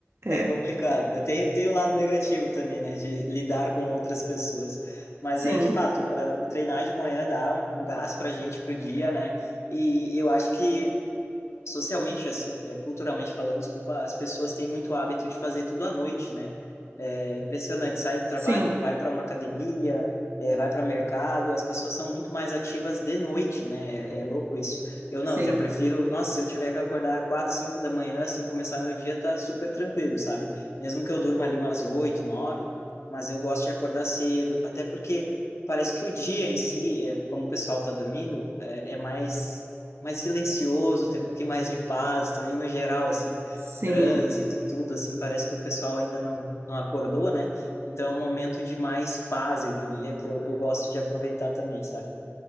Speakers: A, on the right (about 55°); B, on the left (about 70°).
A: É,
B: É complicado, né? Tem, tem o lado negativo também, né? De lidar com outras pessoas. Mas,
A: sim,
B: é, de fato, ah, o treinar de manhã dá um, um gás pra gente pro dia, né? E eu acho que socialmente assim, eh, culturalmente falando, desculpa, as pessoas têm muito hábito de fazer tudo à noite, né? É impressionante, sai do trabalho,
A: sim,
B: vai para uma academia, eh, vai para mercado, as pessoas são muito mais ativas de noite, né? É, é louco isso. Eu
A: sim,
B: não, eu já prefiro, nossa, se eu tiver que acordar quatro, cinco da manhã, assim, começar meu dia, tá super tranquilo, sabe? Mesmo que eu durma ali umas oito, nove, mas eu gosto de acordar cedo, até porque parece que o dia em si, eh, como o pessoal tá dormindo, é é mais mais silencioso, tem um pouquinho mais de paz também, no geral, assim,
A: sim.
B: trânsito, tudo, assim, parece que o pessoal ainda não, não acordou, né? Então é um momento de mais paz, eu diria, que eu, eu gosto de aproveitar também, sabe?